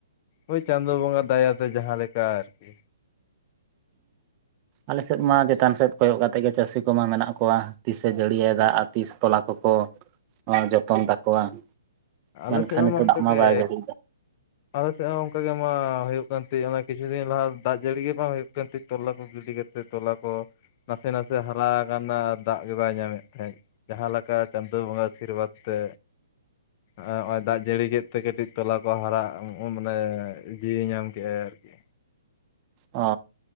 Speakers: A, on the left; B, on the right.
A: ᱦᱳᱭ ᱪᱟᱸᱫᱚᱳ ᱵᱚᱸᱜᱟ ᱫᱟᱭᱟᱛᱮ ᱡᱟᱦᱟᱸ ᱞᱮᱠᱟ ᱟᱨᱠᱤ᱾
B: ᱟᱞᱮ ᱥᱮᱫ ᱢᱟ ᱪᱮᱛᱟᱱ ᱥᱮᱫ ᱠᱚᱭᱚᱜ ᱠᱟᱛᱮᱫ ᱜᱮ ᱪᱟᱹᱥᱤ ᱠᱚ ᱢᱟ ᱢᱮᱱᱟᱜ ᱠᱚᱣᱟ, ᱛᱤᱥᱮ ᱡᱟᱹᱲᱤᱭ ᱫᱟᱜ ᱛᱤᱥ ᱛᱚᱞᱟ ᱠᱚᱠᱚ‌ ᱞᱟᱝ ᱡᱚᱛᱚᱱ ᱛᱟᱠᱚᱣᱟ᱾
A: ᱟᱞᱮ
B: ᱢᱮᱱᱠᱷᱟᱱ
A: ᱥᱮᱫ ᱦᱚᱸ
B: ᱱᱤᱛᱚᱜ
A: ᱚᱝᱠᱟ
B: ᱫᱟᱜ ᱢᱟ
A: ᱜᱮ᱾
B: ᱵᱟᱭ ᱡᱟᱹᱲᱤᱭᱮᱫᱟ
A: ᱟᱞᱮ ᱥᱮᱫ ᱦᱚᱸ ᱚᱝᱠᱟᱟᱜ ᱜᱮ ᱢᱟ ᱦᱩᱭᱩᱜ ᱠᱟᱱᱛᱤ ᱠᱤᱪᱷᱩ ᱫᱤᱱ ᱞᱟᱦᱟ ᱫᱟᱜ ᱡᱟᱹᱲᱤ ᱜᱮ ᱵᱟᱝ ᱦᱩᱭᱩᱜ ᱠᱟᱱᱛᱤ ᱛᱚᱞᱟ ᱠᱚ ᱜᱤᱰᱤ ᱠᱟᱛᱮᱫ ᱛᱚᱞᱟ ᱠᱚ ᱱᱟᱥᱮ ᱱᱟᱥᱮ ᱦᱟᱨᱟ ᱟᱠᱟᱱᱟ ᱫᱟᱜ ᱜᱮ ᱵᱟᱭ ᱧᱟᱢᱮᱫ ᱛᱟᱦᱮᱸᱫ᱾ ᱡᱟᱦᱟᱸ ᱞᱮᱠᱟ ᱪᱟᱸᱫᱚ ᱵᱚᱸᱜᱟ ᱟᱥᱤᱨᱵᱟᱫᱽ ᱛᱮ ᱦᱚᱜᱚᱭ ᱫᱟᱜ ᱡᱟᱹᱲᱤ ᱠᱮᱫ ᱛᱮ ᱠᱟᱹᱴᱤᱡ ᱛᱚᱞᱟ ᱠᱚ ᱦᱟᱨᱟᱜ ᱢᱟᱱᱮ ᱡᱤᱭᱣ ᱧᱟᱢ ᱠᱮᱫᱮᱜᱟᱭ ᱟᱨᱠᱤ᱾
B: ᱚ